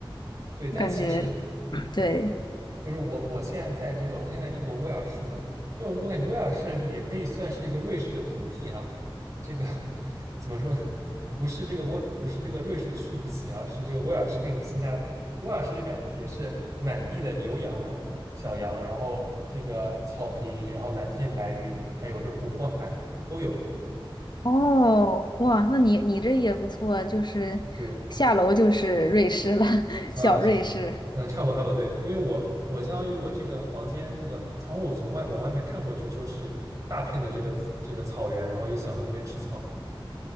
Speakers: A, on the right; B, on the left.
A: 对，但其实
B: 感觉对。
A: 嗯，就是我我现在在这个，我现在英国威尔士嘛，就我感觉威尔士也可以算是一个瑞士的平替啊。这个 <laughs> 怎么说呢？不是这个威，不是这个瑞士去不起而是这个威尔士更有性价比。威尔士就感觉也是满地的牛羊、小羊，然后这个草坪，然后蓝天白云，还有这湖泊海都有。
B: 哦，哇，那你你这也不错，就是下楼就是瑞士了，
A: 对，
B: <laughs>
A: 啊、
B: 小瑞士。
A: 嗯，差不多差不多，对，因为我我相当于我这个房间那个窗户从外往外面看过去就是大片的这个这个草原，然后又想到那边吃草，